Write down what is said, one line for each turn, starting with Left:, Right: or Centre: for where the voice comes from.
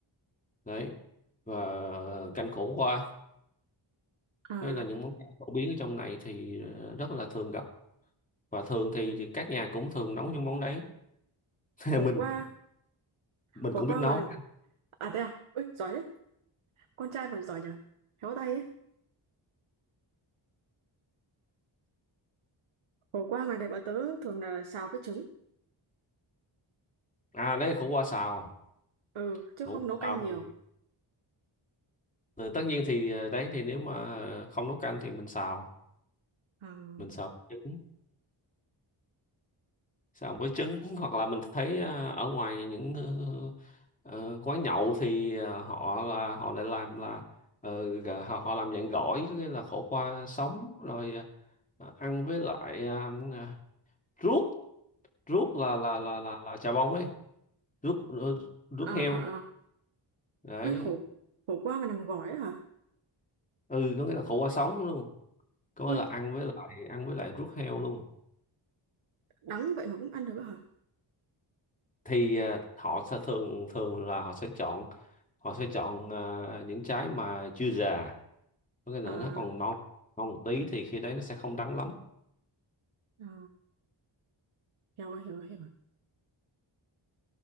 Left: Đấy và ờ, canh khổ qua
Right: à,
Left: đây là những món ăn phổ biến ở trong này thì ờ, rất là thường gặp và thường thì, thì các nhà cũng thường nấu những món đấy <laughs>
Right: khổ
Left: mình
Right: qua
Left: mình
Right: khổ
Left: cũng biết
Right: qua
Left: nấu
Right: mà à đây à, ui giỏi đấy. Con trai mà giỏi nhỉ. Khéo tay ấy. Khổ qua ngoài này bọn tớ thường là xào với trứng.
Left: à đấy khổ qua xào
Right: Ừ, chứ
Left: khổ
Right: không
Left: qua
Right: nấu canh
Left: xào
Right: nhiều.
Left: thì ờ, tất nhiên thì ờ, đấy thì nếu mà không nấu canh thì mình xào
Right: À,
Left: mình xào trứng xào với trứng hoặc là mình thấy ờ, ở ngoài những ờ, ờ, quán nhậu thì ờ, họ là họ lại làm là ờ, gà- họ họ làm dạng gỏi có nghĩa là khổ qua sống rồi ờ, ờ, ăn với lại ờ, ờ, ruốc ruốc là là là là, là chà bông ấy ruốc ờ, ruốc
Right: à,
Left: heo
Right: à, à.
Left: đấy
Right: Ui khổ khổ qua mà nằm gói ấy hả?
Left: ừ có nghĩa là khổ qua sống luôn có
Right: Ui,
Left: nghĩa là ăn với lại ăn với lại ruốc heo luôn
Right: đắng vậy mà cũng ăn được ấy hả?
Left: thì ờ, họ sẽ thường thường là họ sẽ chọn họ sẽ chọn ờ, những trái mà chưa già có nghĩa là
Right: À,
Left: nó còn non non một tí thì khi đấy nó sẽ không đắng lắm
Right: à. hiểu rồi hiểu rồi hiểu rồi